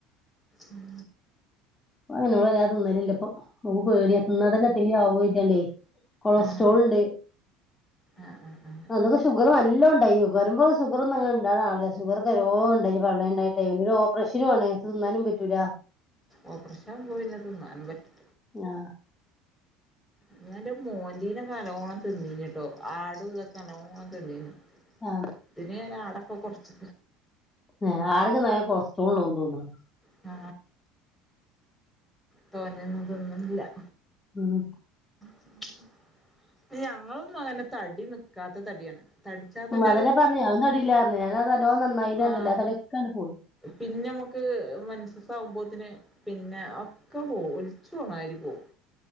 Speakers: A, in the centre; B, on the left.
A: ഉം
B: എന്നോനാരുതിന്നലില്ല ഓക് പേടിയ തിന്നാതന്നെ എത്തങ്കി ആവോ കർതിയാണ്ട് കൊളസ്ട്രോൾ
A: ആഹ്
B: ഇണ്ട്
A: ആഹ് ആഹ് ആഹ്
B: അതൊക്കെ ഷുഗർ നല്ലോ- ടൈ വരുമ്പോൾ ഷുഗറ ഒന്നുംണ്ടങ്ങനാല്ല ഷുഗർ കരോണ്ടല്ല പള്ളയെ ഉണ്ടായപ്പോൾ ഒരു ഓപ്പറേഷനും ആണ് തിന്നാനും പറ്റൂല
A: ഓപ്പറേഷൻ പോയിന്നതിന്നാന്നും പറ്റൂല
B: ആ
A: ഞാ എന്റെ മോന്റെ ഒക്കെ നല്ലമ് തിന്നീനിട്ടോ ആടുതക്കെ നലോണം തിന്നീന്നി
B: ആ
A: ഇതിന് ഞാ ആടൊക്കെ കൊറച്ച്
B: ഹ് ആടൊക്കെ നല കൊളസ്ട്രോളു- തോന്ന്ണ്
A: അ തോന്നന്നതിന്നണ്ല്ല
B: ഉം
A: <inaudible> ഞങ്ങളൊന്നും അങ്ങനെ തടി ന്ക്കാത്ത തടിയാണ് തടിച്ചാ തന്നെ
B: അതല്ലേ
A: അത്.
B: പറഞ്ഞു അതൊന്നും അടിയില്ലായിരുന്നു ഞാൻ അത് നല്ലോണം നന്നായില്ലാണ്ടല്ല
A: അ
B: ആ തടിയൊക്കെ അങ്ങട് പോയി
A: പിന്നെ അമക് മൻസസാവുമ്പോ തിന് പിന്നെ ഒകെ പോവും ഒലിച്ചോണാരി പോവും